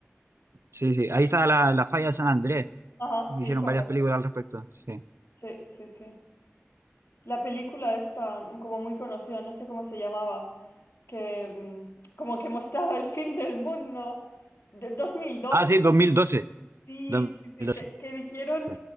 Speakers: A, on the right; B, on the left.
A: sí, sí, ahí está la, la falla de San Andrés,
B: Ajá,
A: hicieron
B: sí, correcto.
A: varias películas al respecto. Sí.
B: Sí, sí, sí. La película esta, mm, como muy conocida, no sé cómo se llamaba, que mm, como que mostraba el fin del mundo de 2002,
A: Ah, sí, 2012.
B: sí,
A: 2012.
B: sí, sí, que, que dijeron
A: Sí,